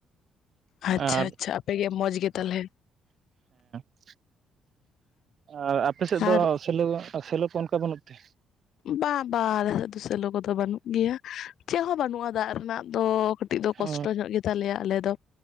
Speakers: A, on the left; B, on the right.
A: ᱟᱪᱪᱷᱟ
B: ᱟᱨ
A: ᱟᱪᱪᱷᱟ ᱟᱯᱮ ᱜᱮ ᱢᱚᱡᱽ ᱜᱮ ᱛᱟᱞᱦᱮ᱾
B: ᱟ ᱟᱨ ᱟᱯᱮ ᱥᱮᱫ
A: ᱟᱨ
B: ᱫᱚ ᱥᱮᱞᱚ ᱥᱮᱞᱚ ᱠᱚ ᱚᱱᱠᱟ ᱵᱟᱹᱱᱩᱜ ᱛᱮ?
A: ᱵᱟ ᱵᱟ ᱟᱞᱮ ᱥᱮᱫ ᱫᱚ ᱥᱮᱞᱳ ᱠᱚᱫᱚ ᱵᱟᱹᱱᱩᱜ ᱜᱮᱭᱟ ᱪᱮᱫ ᱦᱚᱸ ᱵᱟᱹᱱᱩᱜᱼᱟ ᱫᱟᱜ ᱨᱮᱱᱟᱜ ᱫᱚ ᱠᱟᱴᱤᱡ ᱫᱚ ᱠᱚᱥᱴᱚ
B: ᱚ
A: ᱧᱚᱜ ᱜᱮ ᱛᱟᱞᱮᱭᱟ ᱟᱞᱮ ᱫᱚ᱾